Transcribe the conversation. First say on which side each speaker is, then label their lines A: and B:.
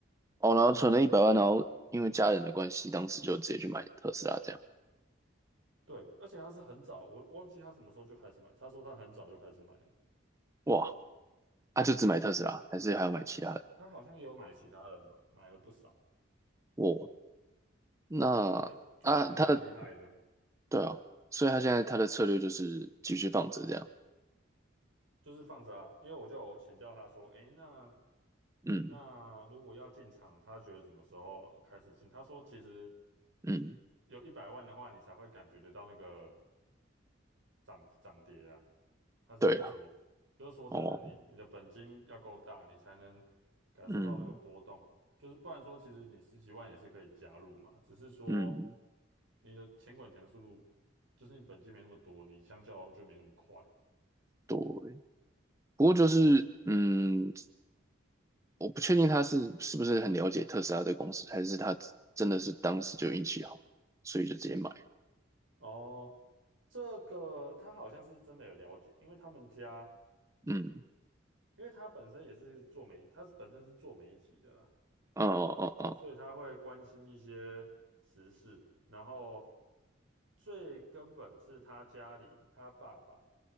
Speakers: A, on the right (about 15°); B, on the right (about 80°).
A: 哦，然后存了一百万，然后因为家人的关系，当时就直接去买特斯拉这样。
B: 对，而且他是很早，我忘记他什么时候就开始买。他说他很早就开始买了，
A: 哇，啊，就只买特斯拉，还是还要买其他的？
B: 他好像也有买其他的，买买了不少，
A: 哇，那
B: 就就是还蛮厉害的。
A: 啊，他的对啊，所以他现在他的策略就是继续放着这样。
B: 就是放着啊，因为我就有请教他说，诶，那
A: 嗯
B: 那如果要进场，他觉得什么时候开始进？他说其实
A: 嗯，
B: 有一百万的话，你才会感觉得到那个涨涨跌啊。他是这么说，
A: 对啊，
B: 就是说真的，
A: 哦，
B: 你你的本金要够大，你才能感受到那个波动。
A: 嗯
B: 就是不然说，其实你十几万也是可以加入嘛，只是说
A: 嗯，
B: 你的钱滚钱的速度，就是你本金没那么多，你相较就没那么快。
A: 对。不过就是，嗯，我不确定他是是不是很了解特斯拉的公司，还是他真的是当时就运气好，所以就直接买。
B: 哦，这个他好像是真的有了解，因为他们家，
A: 嗯，
B: 因为他本身也是做媒，他是本身是做媒体的啦，
A: 哦哦哦哦，
B: 所以他会关心一些时事，然后最根本是他家里，他爸爸